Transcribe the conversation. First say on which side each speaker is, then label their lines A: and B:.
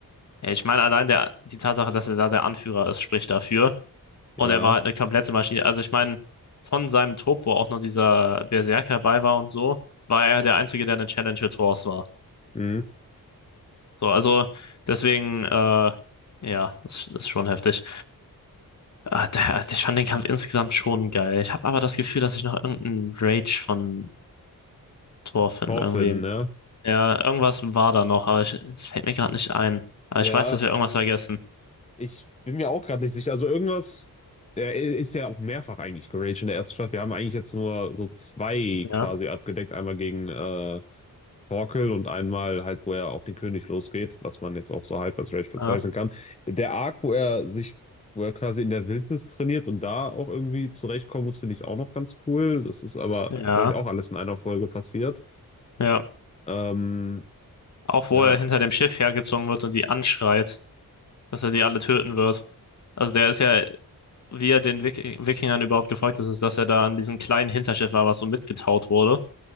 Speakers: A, on the left; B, on the left.
A: ja, ich meine, allein der, die Tatsache, dass er da der Anführer ist, spricht dafür. Und
B: Ja,
A: er war halt eine komplette Maschine. Also ich meine, von seinem Trupp, wo auch noch dieser Berserker bei war und so, war er der Einzige, der eine Challenge mit Thors war.
B: mh.
A: So, also deswegen, äh, ja, das ist schon heftig. Ah, der, ich fand den Kampf insgesamt schon geil. Ich habe aber das Gefühl, dass ich noch irgendeinen Rage von Thor finde,
B: Hoffen,
A: irgendwie.
B: ne?
A: Ja, irgendwas war da noch, aber ich, es fällt mir gerade nicht ein. Aber
B: Ja,
A: ich weiß, dass wir irgendwas vergessen.
B: ich bin mir auch gerade nicht sicher. Also irgendwas, er ist ja auch mehrfach eigentlich geraged in der ersten Staffel. Wir haben eigentlich jetzt nur so zwei
A: Ja,
B: quasi abgedeckt. Einmal gegen äh, Torkel und einmal halt, wo er auf den König losgeht, was man jetzt auch so halb als Rage bezeichnen
A: ja,
B: kann. Der Arc, wo er sich, wo er quasi in der Wildnis trainiert und da auch irgendwie zurechtkommen muss, finde ich auch noch ganz cool. Das ist aber,
A: ja,
B: glaube ich, auch alles in einer Folge passiert.
A: ja.
B: Ähm,
A: Auch wo
B: ja,
A: er hinter dem Schiff hergezogen wird und die anschreit, dass er die alle töten wird. Also der ist ja, wie er den Wik Wikingern überhaupt gefolgt ist, ist, dass er da an diesem kleinen Hinterschiff war, was so mitgetaut wurde